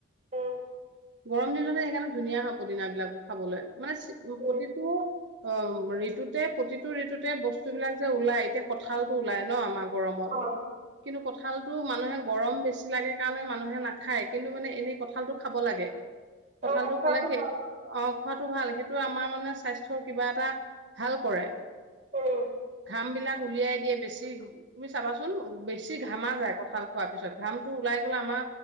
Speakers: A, on the right; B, on the right.
A: উম,
B: গৰম দিনতে সেইকাৰণে ধুনীয়া হয় পদিনা বিলাক খাবলৈ। মানে
A: উম,
B: প্ৰতিটো অ, ঋতুতে প্ৰতিটো ঋতুতে বস্তু বিলাক যে ওলাই এতিয়া কঁঠালটো ওলাই ন আমাৰ। গৰমত
A: অ',
B: কিন্তু কঁঠাল মানুহে গৰম বেছি লাগে কাৰণে মানুহে নাখায়, কিন্তু মানে এনেই কঁঠালটো খাব লাগে। কঁঠালতটো
A: অ', খোৱাটো
B: খালে সেই,
A: ভাল
B: অ। খোৱাটো ভাল, সেইটো আমাৰ মানে স্বাস্থ্যৰ কিবা এটা ভাল কৰে।
A: উম,
B: ঘাম বিলাক উলিয়াই দিয়ে বেছি, তুমি চাবাচোন বেছি ঘামা যায়। কঠাল খোৱা পিছত ঘামটো ওলাই গলে আমাৰ